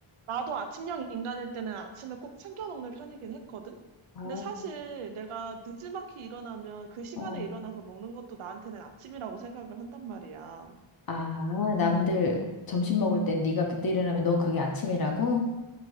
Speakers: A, on the right; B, on the left.
A: 나도 아침형 인간일 때는 아침에 꼭 챙겨 먹는 편이긴 했거든?
B: 아,
A: 근데 사실 내가 느지막이 일어나면 그 시간에
B: 어.
A: 일어나서 먹는 것도 나한테는 아침이라고 생각을 한단 말이야.
B: 아, 남들 점심 먹을 때 네가 그때 일어나면 넌 그게 아침이라고?